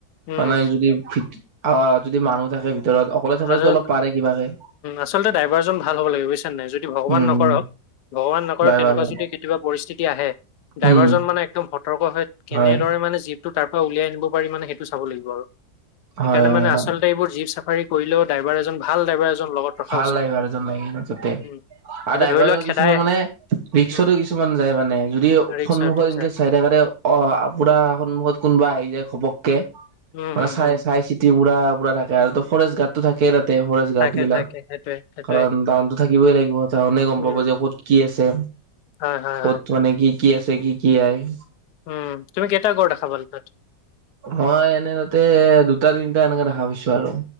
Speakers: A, on the left; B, on the right.
A: উম
B: মানে যদি ভ আহ যদি মানুহ থাকে ভিতৰত অকলে থাকিলেতো
A: আজল
B: অলপ পাৰে কিবাকে
A: আচলতে ড্ৰাইভাৰজন ভাল হ'ব লাগে বুজিছনে নাই। যদি ভগৱান
B: উম
A: নকৰক ভগৱান নকৰক
B: ড্ৰাইভাৰজন
A: তেনেকুৱা যদি কেতিয়াবা পৰিস্থিতি আহে, ড্ৰাইভাৰজন
B: উম
A: মানে একদম সতৰ্ক হৈ কেনেদৰে
B: হয়
A: মানে জীপটো তাৰ পৰা উলিয়াই আনব পাৰি মানে সেইটো চাব লাগিব আৰু। সেইকাৰণে
B: হয় হয়
A: মানে
B: হয়
A: আচলতে এইবোৰ জীপ চাফাৰী কৰিলেওঁ ড্ৰাইভাৰ এজন ভাল ড্ৰাইভাৰ এজন লগত ৰখা
B: ভাল
A: উচিত
B: ড্ৰাইভাৰ
A: মানে
B: এজন লাগে কিন্তু ততে।
A: উম
B: আৰু
A: এতিয়া
B: ড্ৰাইভাৰ
A: ধৰি লোৱা খেদাই
B: কিছুমান মানে ৰিক্সতো
A: উম
B: কিছুমান যায় মানে। যদি
A: ৰিক্সাত
B: সন্মুখত ইনকে
A: যায়
B: চাই থকাতে অ' আপোনাৰ সন্মুখত কোনোবা আহি যায় ঘপককে
A: উম
B: মানে
A: উম
B: চাই
A: উম
B: চাই চিত তি পুৰা পুৰা থাকে। ত ফৰেষ্ট গাৰ্ড টো থাকে তাতে। ফৰেষ্ট গাৰ্ড
A: থাকে
B: গিলাক
A: থাকে সেইটোৱে। সেইটোৱে
B: কাৰণ তাহা'তো থাকিবই লাগিব, তাহা'তে গ'ম
A: উম
B: পাব যে ক'ত কি আছে।
A: হয় হয়
B: ক'ত
A: হয়
B: মানে কি কি আছে কি কি আই।
A: উম তুমি কেইটা গড় দেখা পালা তাত?
B: মই এনে তাতে দুটা তিনিটা এনেকাে দেখা পাইছো আৰু।